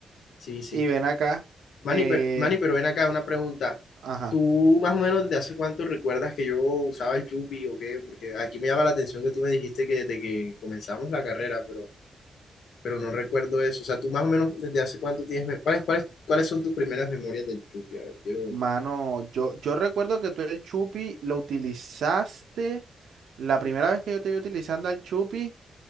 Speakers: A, on the left (about 75°); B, on the right (about 80°).
A: Sí, sí.
B: y ven acá,
A: Manny,
B: eh,
A: pero, Manny, pero ven acá una pregunta.
B: ajá,
A: ¿Tú más o menos de hace cuánto recuerdas que yo usaba el Chupi o qué? Porque aquí me llama la atención que tú me dijiste que desde que comenzamos la carrera, pero pero no recuerdo eso. O sea, tú más o menos desde hace cuánto tienes, me- ¿cuáles, cuáles, cuáles son tus primeras memorias del Chucky? A ver, quiero.
B: mano, yo, yo recuerdo que tú el chupi lo utilizaste, la primera vez que yo te vi utilizando al chupi.